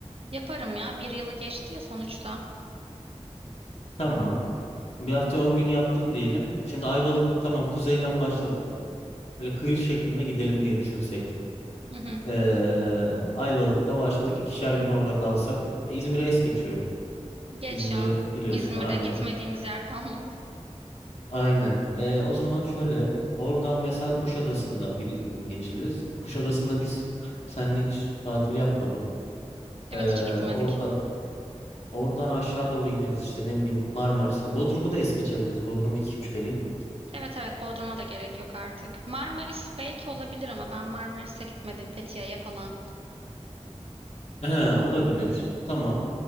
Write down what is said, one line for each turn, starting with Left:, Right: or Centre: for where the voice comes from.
Right: Yaparım ya bir yılı geçti ya sonuçta.
Left: Tamam. Bir hafta 10 gün yaptın diyelim. Şimdi Ayvalık tamam kuzeyden başladık. Böyle kıyı şeklinde gidelim diye düşünsek.
Right: Hı hı.
Left: Ee, Ayvalık'ta başladık. ikişer gün orada kalsak. Ya İzmir'e es geçiyorum.
Right: Geç
Left: İzmir'i
Right: ya
Left: biliyorsun
Right: İzmir'de
Left: aynen.
Right: gitmediğimiz yer kalmadı.
Left: Aynen. Ee, o zaman şöyle oradan mesela Kuşadası'nda bir iki gün geçiririz. Kuşadası'nda biz seninle hiç tatil yapmadık.
Right: Evet
Left: Ee,
Right: hiç gitmedik.
Left: oradan oradan aşağı doğru ineriz işte ne bileyim Marmaris'e. Bodrum'u da es geçebiliriz. Bodrum'a iki üç kere gittik.
Right: Evet evet Bodrum'a da gerek yok artık. Marmaris belki olabilir ama ben Marmaris'e gitmedim Fethiye'ye falan.
Left: Ee, olabilir. Tamam.